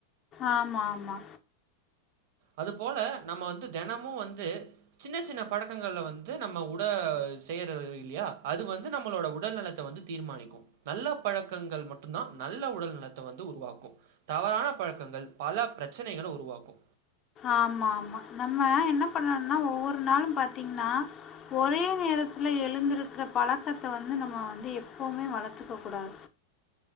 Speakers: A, on the left; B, on the right.
A: ஆமா ஆமா
B: அது போல நம்ம வந்து தெனமு வந்து சின்ன சின்ன பழக்கங்கள்ல வந்து நம்ம உட செய்ற இல்லையா அது வந்து நம்மளோட உடல்நலத்த வந்து தீர்மானிக்கு நல்ல பழக்கங்கள் மட்டு தா நல்ல உடல் நலத்த வந்து உருவாக்கு தவறான பழக்கங்கள் பல பிரச்சினைகளை உருவாக்கு
A: ஆமா ஆமா நம்ம என்ன பண்ணும்னா ஒவ்வொரு நாளு பாத்தீங்கன்னா ஒரே நேரத்துல எழுந்திருக்கிற பழக்கத்த வந்து நம்ம வந்து எப்பவுமே வளத்துக்க கூடாது